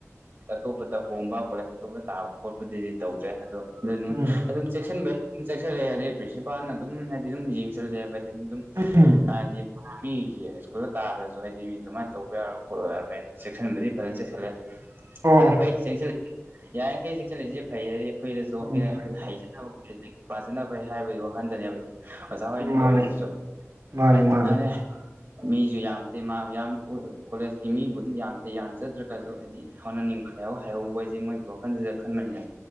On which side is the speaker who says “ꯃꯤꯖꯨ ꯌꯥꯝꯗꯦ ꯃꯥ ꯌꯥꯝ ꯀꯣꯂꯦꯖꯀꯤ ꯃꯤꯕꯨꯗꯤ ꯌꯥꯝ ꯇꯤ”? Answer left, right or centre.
Right